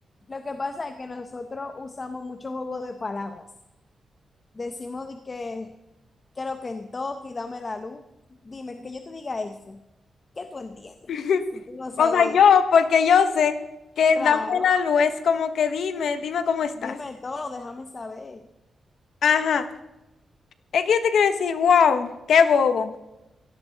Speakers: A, on the left; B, on the left.
A: Lo que pasa es que nosotros usamos mucho juego de palabras. Decimos de que creo que en toque y dame la luz. Dime, que yo te diga eso. ¿Qué tú entiendes?
B: <laughs>
A: Si tú no sabes,
B: O sea, yo, porque yo sé que
A: claro,
B: dame la luz es como que dime, dime cómo estás.
A: dime todo, déjame saber.
B: Ajá. Es que yo te quiero decir, wow, qué bobo.